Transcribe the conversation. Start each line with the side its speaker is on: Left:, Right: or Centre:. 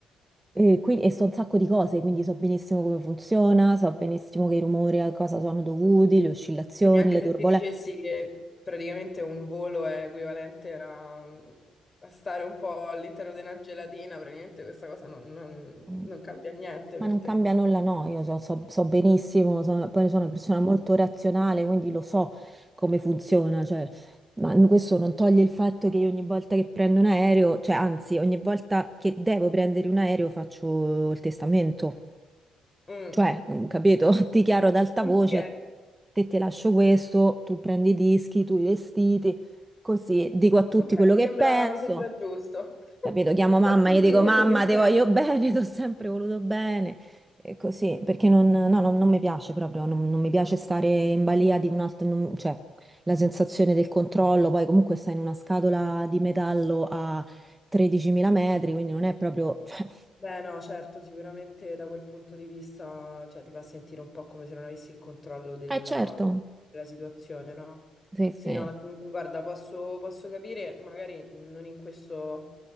Right: E, quindi, e so un sacco di cose, quindi so benissimo come funziona, so benissimo che i rumori a cosa sono dovuti, le oscillazioni,
Left: Quindi anche
Right: le
Left: se
Right: turbolenze,
Left: ti dicessi che praticamente un volo è equivalente a, mm, a stare un po' all'interno di una gelatina, praticamente questa cosa non, non-
Right: Mm.
Left: non cambia niente per
Right: ma non
Left: te.
Right: cambia nulla, no, io so, so- so benissimo, so- poi sono una persona molto razionale, quindi lo so come funziona, cioè, ma n- questo non toglie il fatto che io ogni volta che prendo un aereo, cioè anzi, ogni volta che devo prendere un aereo faccio il testamento.
Left: Mm.
Right: Cioè, mm, capito? <laughs> Ti chiaro ad alta
Left: Ok,
Right: voce, a te ti lascio questo, tu prendi i dischi, tu i vestiti, così dico a tutti
Left: ok,
Right: quello
Left: mi
Right: che
Left: sembra,
Right: penso,
Left: mi sembra giusto. <laughs>
Right: capito? Chiamo
Left: Dico
Right: mamma,
Left: a tutti
Right: gli dico
Left: quello
Right: mamma,
Left: che
Right: ti
Left: penso.
Right: voglio bene, <laughs> ti ho sempre voluto bene, e così, perché non, no, non, non mi piace proprio, non, non mi piace stare in balia di un altro, non- cioè, la sensazione del controllo, poi comunque stai in una scatola di metallo a 13.000 metri, quindi non è proprio... <laughs>
Left: Beh, no, certo, sicuramente da quel punto di vista, cioè, ti fa sentire un po' come se non avessi il controllo della,
Right: Eh certo,
Left: della situazione, no?
Right: sì, sì.
Left: Sì, no, mm, guarda, posso, posso capire, magari non in questo,